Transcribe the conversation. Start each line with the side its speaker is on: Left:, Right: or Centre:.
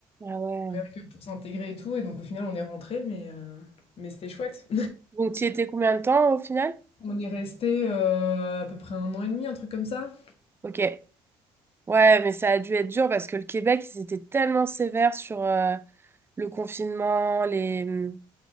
Right: Ah ouais.
Left: rien que pour s'intégrer et tout. Et donc, au final, on est rentré. Mais, euh, mais c'était chouette.
Right: Donc, t'y étais combien de temps au final?
Left: On est resté euh, à peu près un an et demi, un truc comme ça.
Right: Ok. Ouais, mais ça a dû être dur parce que le Québec, ils étaient tellement sévères sur euh, le confinement, les... mmh,